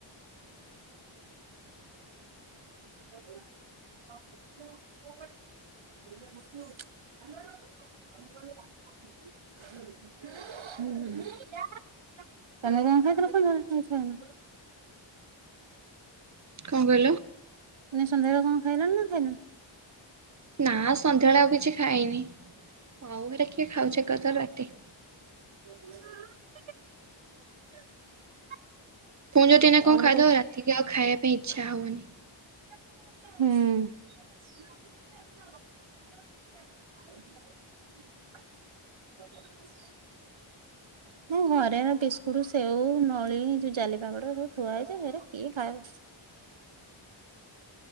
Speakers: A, on the right (about 35°); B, on the right (about 70°).
A: <inaudible>
B: <unintelligible> <unintelligible> ହୁଁ। ତୋମେ କଣ ଖାଇଥିଲ ସନ୍ଧ୍ୟାବେଳେ? ନା କିଛି ଖାଇନ?
A: କଣ କହିଲ?
B: ମାନେ ସନ୍ଧ୍ୟାବେଳେ କଣ ଖାଇଲଣି ନା ଖାଇନ?
A: ନା ସନ୍ଧ୍ୟାବେଳେ ଆଉ କିଛି ଖାଇନି। ଆଉ ହେରା କିଏ ଖାଉଛି ଏକାଥରେ ରାତି।
B: <unintelligible>
A: ପୁଣି ଯଦି ଏଇନା କଣ
B: ଅନିଟ
A: ଖାଇଦବ ରାତିକି ଆଉ ଖାଇବା ପାଇଁ ଇଚ୍ଛା ହବନି।
B: ହୁଁ। <unintelligible> ହଁ ଘରେ ଆଉ ବିସ୍କୁଟ୍ ସେଉ ନଳି ଯୋଉ ଜାଲିପାମ୍ପଡ ସବୁ ଥୁଆ ହେଇଛି ହେରା କିଏ ଖାଉଛି।
A: <inaudible>